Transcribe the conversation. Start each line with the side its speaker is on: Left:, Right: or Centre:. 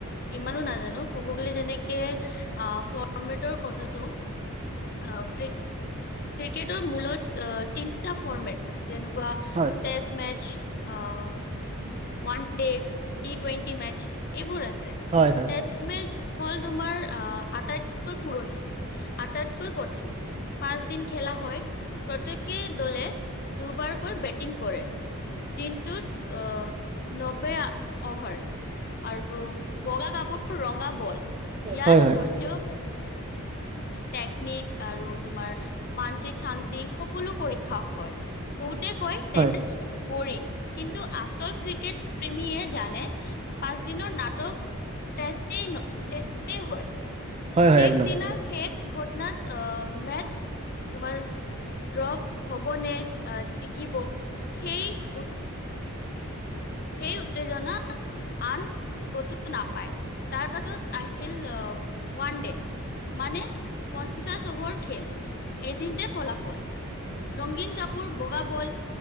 Left: ইমানো নাজানো। ক'ব গ'লে তেনেকে অ' ফৰ্মেটৰ কথাটো অ' ক্ৰি ক্ৰিকেট ৰ মূলত তিনিটা ফৰ্মেট। যেনেকুৱা
Right: হয়।
Left: টেষ্ট মেচ অ' one day, T twenty match এইবোৰ আছে।
Right: হয়, হয়।
Left: টেষ্ট মেচ হ'ল তোমাৰ আহ আটাইতকৈ পুৰণি। আটাইতকৈ কঠিন, পাঁচ দিন খেলা হয়। প্ৰত্যেকে দলে দুবাৰকৈ বেটিং কৰে। দিনটোত অ নব্বৈ অভাৰ। আৰু বগা কাপোৰ ৰঙা বল। ইয়াত
Right: হয় হয়
Left: ধৈৰ্য্য টেকনিক আৰু তোমাৰ মানসিক শান্তি সকলো পৰীক্ষা হয়। বহুতে কয়
Right: হয়
Left: টেষ্ট বৰিং। কিন্তু আচল ক্ৰিকেট প্ৰেমীয়ে জানে পাঁচ দিনৰ নাটক টেষ্টে টেষ্টে হয়।
Right: হয়
Left: শেষ
Right: হয় একদম
Left: দিনা, শেষ ঘটনাত অ', মেচ তোমাৰ দ্ৰ হ'বনে, আহ, জিকিব, সেই উম সেই উত্তেজনা আন ক'তো নাপায়, তাৰ পাছত আহিল আহ ওৱানডে, মানে পঞ্চাশ অভাৰ খেল, এদিনতে ফলাফল। ৰংগীন কাপোৰ বগা বল,